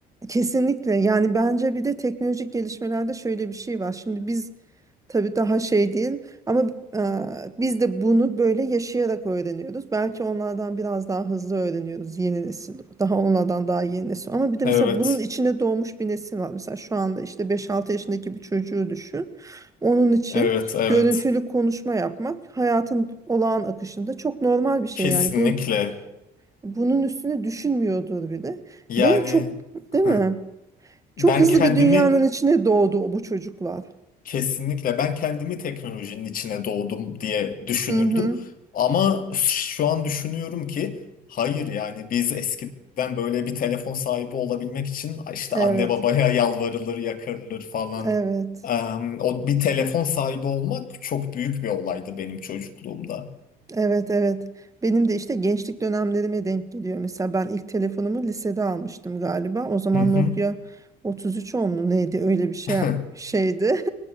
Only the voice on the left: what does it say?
Evet,
evet, evet.
Kesinlikle.
Yani
hı.
ben
kendimi
Kesinlikle ben kendimi teknolojinin içine doğdum diye düşünürdüm.
Ama şu an düşünüyorum ki hayır yani biz eskiden böyle bir telefon sahibi olabilmek için işte
anne babaya <laughs> yalvarılır, yakarılır falan.
Eee, o bir telefon sahibi olmak çok büyük bir olaydı benim çocukluğumda.
Hı hı.
<laughs>